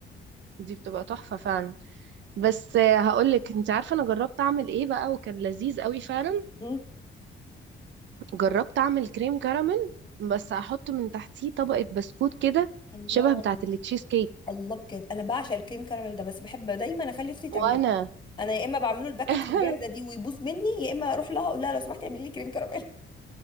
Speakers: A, on the right; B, on the left.
A: دي بتبقى تحفة فعلا بس آه، هقولك انت عارفة انا جربت اعمل ايه بقى وكان لذيذ قوي فعلا
B: مم.
A: جربت اعمل كريم كراميل بس احط من تحتيه طبقة بسكوت كده
B: الله
A: شبه بتاعة التشيز كيك
B: الله بجد انا بعشق الكريم كراميل ده بس بحب دايما اخلي اختي تعمله
A: وانا
B: انا يا اما بعمله الباكت
A: <laughs>
B: في الجاهزه دي ويبوظ مني يا اما اروح لها اقول لها لو سمحتي اعملي لي كريم كراميل